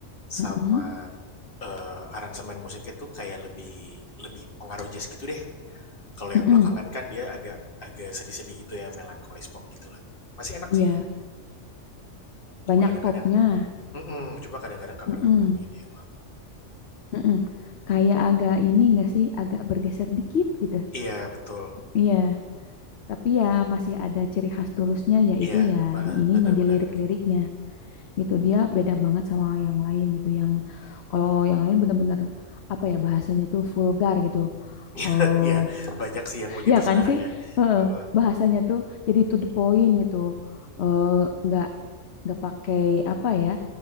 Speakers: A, on the left (about 60°); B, on the left (about 45°).
A: Mm-mm,
B: sama Eee, aransemen musiknya tuh kayak lebih lebih pengaruh jazz gitu deh. Kalau
A: mm-mm.
B: yang belakangan kan dia agak agak sedih-sedih gitu ya, melankolis pop gitu lagunya. Masih enak
A: Iya,
B: sih, cuma
A: banyak
B: kadang-kadang
A: popnya.
B: mhm, cuma kadang-kadang kangen
A: Mm-mm,
B: lagu-lagunya dia yang lama.
A: mm-mm. Kayak agak ini enggak sih, agak bergeser dikit gitu.
B: Iya betul,
A: Iya. Tapi ya masih ada ciri khas Tulusnya yaitu
B: iya,
A: ya
B: heeh,
A: di ininya
B: bener
A: di
B: bener.
A: lirik-liriknya gitu. Dia beda banget sama yang lain gitu. Yang kalau yang lain bener-bener apa ya bahasanya tuh vulgar gitu.
B: <laughs>
A: Oh,
B: Iya, banyak sih yang begitu
A: ya kan
B: sekarang
A: sih?
B: ya,
A: Heeh,
B: heeh.
A: bahasanya tuh jadi to the point gitu. Eh nggak nggak pakai apa ya?